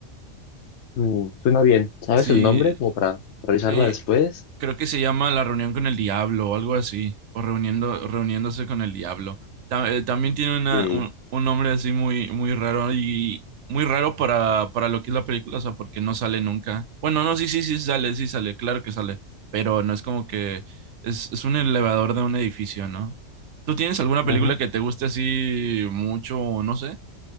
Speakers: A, on the left; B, on the right.
A: Uh, suena bien. ¿Sabes
B: Sí,
A: el nombre? Como para revisarla
B: Eh,
A: después.
B: creo que se llama La reunión con el diablo o algo así, o reuniendo, reuniéndose con el diablo. Ta- eh, también tiene una,
A: Sí.
B: un, un nombre así muy, muy raro y muy raro para, para lo que es la película, o sea, porque no sale nunca. Bueno, no, sí, sí, sí sale, sí sale, claro que sale, pero no es como que es, es un elevador de un edificio, ¿no? ¿Tú tienes alguna
A: Ujú.
B: película que te guste así mucho o no sé?